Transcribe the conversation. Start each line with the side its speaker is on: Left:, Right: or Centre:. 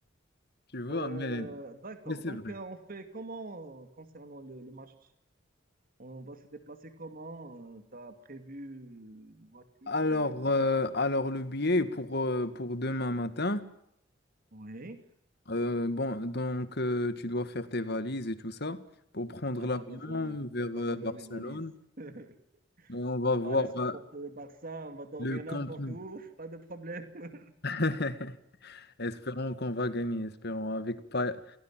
Left: tu vois,
Right: Euh,
Left: mais,
Right: d'accord.
Left: mais c'est
Right: Donc,
Left: vrai.
Right: euh, on fait comment euh, concernant le, le match? On va se déplacer comment? Tu as prévu une voiture
Left: Alors,
Right: ou bien
Left: euh,
Right: quoi?
Left: alors le billet pour, euh, pour demain matin,
Right: Oui.
Left: euh, bon, donc euh, tu dois faire tes valises et tout ça pour prendre
Right: Ah,
Left: l'avion
Right: pas besoin.
Left: vers
Right: Pas
Left: euh,
Right: besoin
Left: Barcelone.
Right: des valises. <laughs>
Left: Et on va
Right: On
Left: voir
Right: va aller supporter
Left: euh,
Right: le Barça. On va dormir
Left: le Camp
Right: n'importe
Left: Nou.
Right: où. Pas de problème. <laughs>
Left: <laughs> Espérons qu'on va gagner, espérons. Avec pas...